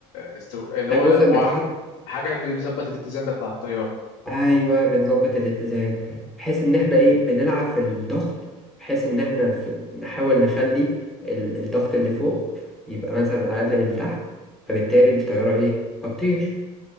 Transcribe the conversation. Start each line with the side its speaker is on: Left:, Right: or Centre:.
Left: استو... اللي
Centre: ده
Left: هو
Centre: جزء
Left: أبو
Centre: بيتحط
Left: عم... حاجة بيظبط الاتزان بتاع الطيارة
Centre: ايوه بنظبط الاتزان بحيث ان احنا ايه بنلعب في الضغط بحيث ان احنا في... نحاول نخلي ال... الضغط اللي فوق يبقى مثلا اقل من اللي تحت فبالتالي الطياره ايه هتطير